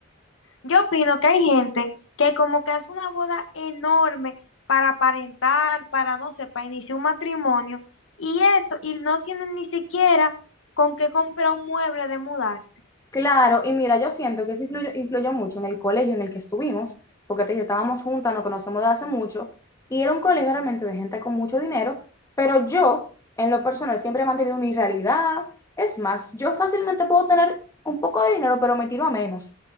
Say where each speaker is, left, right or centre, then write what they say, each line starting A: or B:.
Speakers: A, on the left; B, on the left.
A: Yo opino que hay gente que como que hace una boda enorme para aparentar, para no sé, para iniciar un matrimonio y eso, y no tienen ni siquiera con qué comprar un mueble de mudarse.
B: Claro, y mira, yo siento que eso influyó, influyó mucho en el colegio en el que estuvimos, porque te dije, estábamos juntas, nos conocemos de hace mucho, y era un colegio realmente de gente con mucho dinero, pero yo, en lo personal, siempre he mantenido mi realidad. Es más, yo fácilmente puedo tener un poco de dinero, pero me tiro a menos